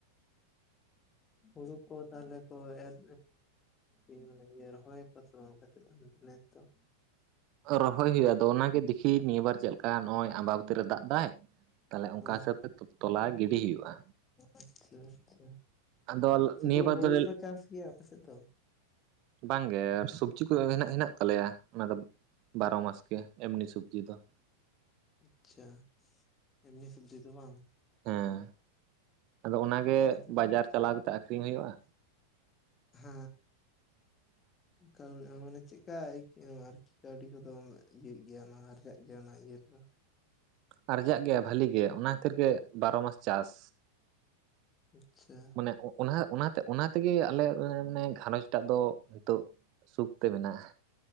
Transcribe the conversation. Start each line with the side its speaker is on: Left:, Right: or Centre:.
Left: ᱦᱩᱲᱩ ᱠᱚ ᱛᱟᱦᱚᱞᱮ ᱠᱚ ᱮᱨ ᱮ ᱢᱟᱱᱮ ᱤᱭᱟᱹ ᱨᱚᱦᱚᱭᱟᱠᱚ ᱥᱮ ᱵᱟᱝ ᱟᱯᱮ ᱥᱮᱫ ᱫᱚ ᱱᱮᱥ ᱛᱚ ᱾
Right: ᱨᱚᱦᱚᱭ ᱦᱩᱭᱩᱜ ᱟᱫᱚ ᱚᱱᱟᱜᱮ ᱫᱮᱠᱷᱤ ᱱᱤᱭᱟᱹ ᱵᱟᱨ ᱪᱮᱫ ᱞᱮᱠᱟ ᱱᱚᱜᱚᱭ ᱟᱢᱵᱟᱵᱚᱹᱛᱤ ᱨᱮ ᱫᱟᱜᱽ ᱫᱟᱭ᱾ ᱛᱟᱦᱚᱞᱮ ᱚᱱᱠᱟ
Left: ᱦᱮᱸ
Right: ᱦᱤᱥᱟᱹᱵ ᱛᱮ ᱛᱚᱞᱟ ᱜᱤᱰᱤ ᱦᱩᱭᱩᱜᱼᱟ᱾
Left: ᱟᱪᱪᱷᱟ ᱟᱪᱪᱷᱟ,
Right: ᱟᱫᱚ
Left: ᱥᱩᱫᱩ
Right: ᱱᱤᱭᱟᱹ ᱵᱟᱨ
Left: ᱦᱩᱲᱩ
Right: ᱫᱚ
Left: ᱜᱮᱠᱚ ᱪᱟᱥ ᱜᱮᱭᱟ ᱟᱯᱮ ᱥᱮᱫ ᱫᱚ?
Right: ᱵᱟᱝᱜᱮ ᱟᱨ ᱥᱚᱵᱡᱤ ᱠᱚ ᱦᱮᱱᱟᱜ ᱦᱮᱱᱟᱜ ᱛᱟᱞᱮᱭᱟ ᱚᱱᱟ ᱫᱚ ᱾ ᱵᱟᱨᱚ ᱢᱟᱥ ᱜᱮ ᱮᱢᱱᱤ ᱥᱚᱵᱡᱤ ᱫᱚ ᱾
Left: ᱟᱪᱪᱷᱟ ᱮᱢᱱᱤ ᱥᱚᱵᱡᱤ ᱫᱚ ᱵᱟᱝ?
Right: ᱦᱮᱸ, ᱟᱫᱚ ᱚᱱᱟᱜᱮ
Left: ᱟᱞᱮ ᱥᱮᱫ
Right: ᱵᱟᱡᱟᱨ ᱪᱟᱞᱟᱣ ᱠᱟᱛᱮᱜ ᱟᱠᱷᱨᱤᱧ ᱦᱩᱭᱩᱜᱼᱟ᱾
Left: ᱦᱮ ᱾
Right: <unintelligible>
Left: ᱠᱟᱹᱣᱤ ᱟ ᱢᱟᱱᱮ ᱪᱮᱫᱠᱟ ᱟᱹᱭᱠᱟᱹᱜ ᱟᱨᱠᱤ, ᱠᱟᱹᱣᱰᱤ ᱠᱚᱫᱚ ᱤᱭᱟᱹᱜ ᱜᱮᱭᱟ ᱚᱱᱟ ᱟᱨᱡᱟᱜ ᱜᱮᱭᱟ ᱚᱱᱟ ᱤᱭᱟᱹ ᱨᱮᱫᱚ᱾
Right: ᱟᱨᱡᱟᱜ ᱜᱮᱭᱟ ᱵᱷᱟᱞᱤ ᱜᱮ ᱚᱱᱟ ᱠᱷᱟᱹᱛᱤᱨ ᱜᱮ ᱵᱟᱨᱚ ᱢᱟᱥ ᱪᱟᱥ᱾
Left: ᱟᱪᱪᱷᱟ᱾
Right: ᱢᱟᱱᱮ ᱚᱱᱟ ᱚᱱᱟᱛᱮ ᱚᱱᱟᱛᱮᱜᱮ ᱟᱞᱮ ᱢᱟᱱᱮ ᱜᱷᱟᱨᱚᱸᱡᱽ ᱴᱟᱜ ᱫᱚ ᱱᱤᱛᱚᱜᱼᱼ ᱥᱩᱠᱛᱮ ᱢᱮᱱᱟᱜᱼᱟ᱾